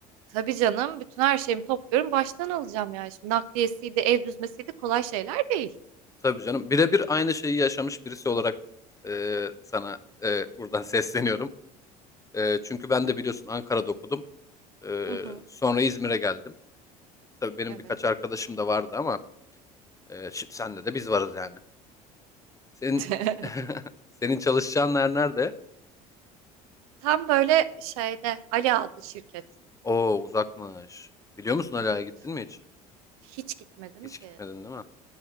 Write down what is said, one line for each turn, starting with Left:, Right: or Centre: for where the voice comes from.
Right: Tabii canım. Bütün her şeyimi topluyorum. Baştan alacağım yani. Şimdi nakliyesiydi, ev düzmesiydi kolay şeyler değil.
Left: Tabii canım. Birebir aynı şeyi yaşamış birisi olarak eee, sana eee, buradan <laughs> sesleniyorum. Eee, çünkü ben de biliyorsun Ankara'da okudum. Eee,
Right: Hı hı.
Left: sonra İzmir'e geldim. Tabii benim
Right: Evet.
Left: birkaç arkadaşım da vardı ama eee şimdi senle de biz varız yani. Senin
Right: <laughs>
Left: <laughs> senin çalışacağın yer nerede?
Right: Tam böyle şeyde Ali adlı şirket.
Left: Oo uzakmış. Biliyor musun
Right: Evet.
Left: Ala'ya gittin mi hiç?
Right: Hiç gitmedim
Left: Hiç
Right: ki.
Left: gitmedin değil mi?